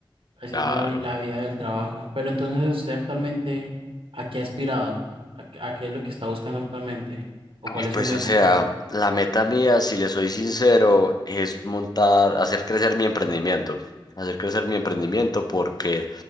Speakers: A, on the right (about 75°); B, on the left (about 45°).
A: Esa
B: Claro.
A: es la, vi- la vida del trabajo. Pero entonces, ¿usted actualmente a qué ha aspirado? ¿A, qué a qué es lo que está buscando actualmente? ¿O
B: Uf,
A: cuál es
B: Pues
A: su meta?
B: o sea, la meta mía, si le soy sincero, es montar, hacer crecer mi emprendimiento. Hacer crecer mi emprendimiento porque,